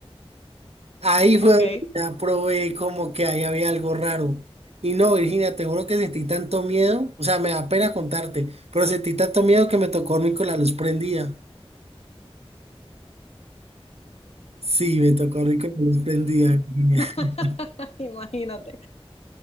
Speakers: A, on the right (about 75°); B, on the left (about 75°).
A: Ahí fue
B: Ok.
A: donde ya probé como que ahí había algo raro. Y no, Virginia, te juro que sentí tanto miedo, o sea, me da pena contarte, pero sentí tanto miedo que me tocó dormir con la luz prendida. Sí, me tocó dormir con la luz prendida, Virginia.
B: <laughs>
A: <laughs>
B: Imagínate,